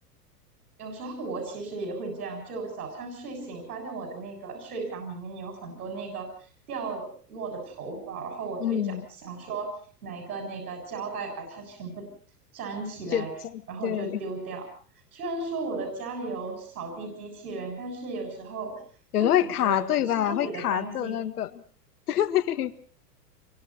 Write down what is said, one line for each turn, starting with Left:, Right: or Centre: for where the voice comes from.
Right: 有时候我其实也会这样，就早上睡醒发现我的那个睡房里面有很多那个掉落的头发，然后我就想想说拿一个那个胶带把它全部
Left: <laughs> 嗯，
Right: 粘起来，
Left: 就
Right: 然后就丢掉。
Left: 对，
Right: 虽然说我的家里有扫地机器人，但是有时候就感觉不是特别的干净。
Left: 有时候会卡对吧？会卡着那个，<laughs> 对。